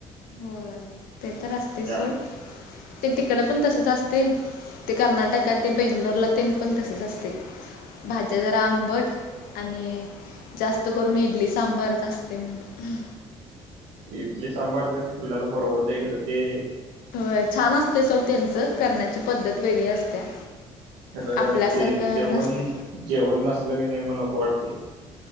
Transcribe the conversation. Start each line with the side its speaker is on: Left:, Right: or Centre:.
Left: होय ते तर असतयच
Right: त्या
Left: सोड. ते तिकड पण तसच असते ते कर्नाटकात ते बेंगलोरला ते पण तसेच असते भाज्या जरा आंबट आणि जास्त करून इडली सांबारच असते म्हणे
Right: इडली सांबार तेन खालेलं परवडतय खरं ते
Left: हो छान असते सर त्यांचं करण्याची पद्धत वेगळी असत्या
Right: खरं
Left: आपल्यासारखं
Right: ते जेवण
Left: नसते
Right: जेवण नसलं की नई मग नको वाटतंय.